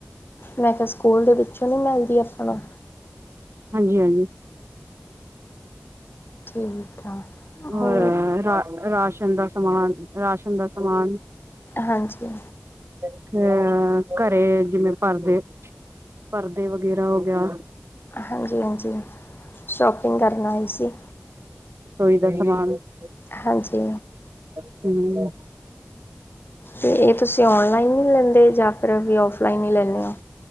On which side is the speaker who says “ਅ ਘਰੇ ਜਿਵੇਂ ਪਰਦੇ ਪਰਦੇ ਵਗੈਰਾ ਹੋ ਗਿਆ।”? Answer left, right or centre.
Right